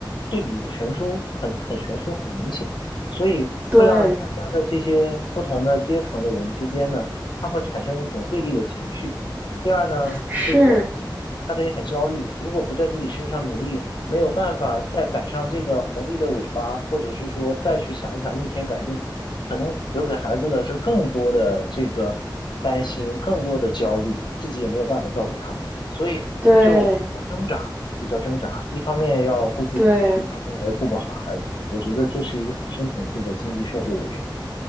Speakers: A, on the left; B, on the right.
A: 对比的悬殊很很悬殊很明显，所以会让大家的这些不同的阶层的人之间呢，
B: 对，
A: 它会产生一种对立的情绪。第二呢，
B: 是，
A: 这个大家也很焦虑，如果不在自己身上努力，没有办法再赶上这个红利的尾巴，或者是说再去想一想逆天改命。可能留给孩子的是更多的这个担心，更多的焦虑，自己也没有办法照顾他们，所以就比较挣扎，
B: 对
A: 比较挣扎。一方面要顾自己，
B: 对。
A: 一方面来顾不好孩子，我觉得这是一个很深层次的经济社会的原因。